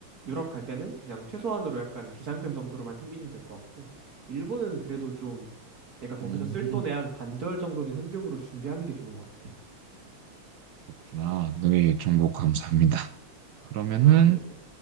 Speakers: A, on the right; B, on the right.
A: 유럽 갈 때는 그냥 최소한으로 약간 비상금 정도로만 챙기시면 될 것 같고, 일본은 그래도 좀 내가 거기서
B: 음,
A: 쓸 돈의 한 반절 정도는 현금으로 준비하는 게 좋은 것 같아요.
B: 그렇구나. 네, 정보 감사합니다. 그러면은
A: 아, 네네.